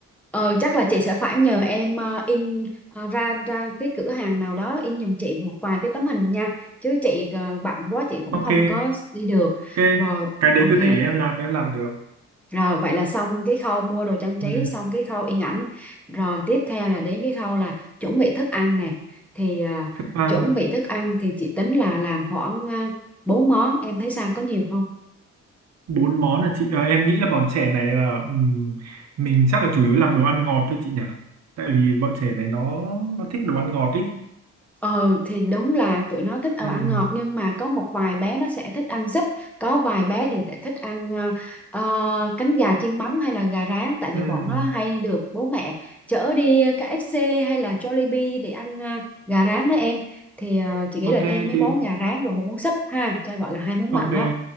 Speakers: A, in the centre; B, on the right (about 60°).
A: ừ chắc là chị sẽ phải nhờ em ờ, in ờ, ra ra cái cửa hàng nào đó in giùm chị một vài cái tấm hình nha chứ chị ờ, bận quá chị cũng
B: ok
A: không có đi được
B: ok
A: rồi
B: cái đấy
A: ok
B: cứ để em làm em làm được
A: Rồi vậy là xong cái khâu mua đồ trang trí,
B: ừ.
A: xong cái khâu in ảnh. Rồi tiếp theo là đến cái khâu là chuẩn bị thức ăn nè. Thì à,
B: Thức ăn
A: chuẩn bị thức ăn thì chị tính là làm khoảng uh, 4 món, em thấy sao có nhiều không?
B: bốn món là chị ờ, em nghĩ là bọn trẻ này là ừm, mình chắc là chủ yếu làm đồ ăn ngọt thôi chị nhỉ tại vì bọn trẻ này nó nó thích đồ ăn ngọt ý
A: Ừ thì đúng là tụi nó thích ăn
B: Ừm,
A: ngọt nhưng mà có một vài bé nó sẽ thích ăn súp có vài bé thì lại thích ăn ờ, ờ, cánh gà chiên mắm hay là gà rán tại vì
B: ừm.
A: bọn nó hay được bố mẹ chở đi KFC hay là Jollibee để ăn ờ, gà rán đó em thì ờ, chị nghĩ
B: ok
A: là thêm mấy
B: thì
A: món gà rán và một món súp ha cho gọi là hai món
B: ok
A: mặn đó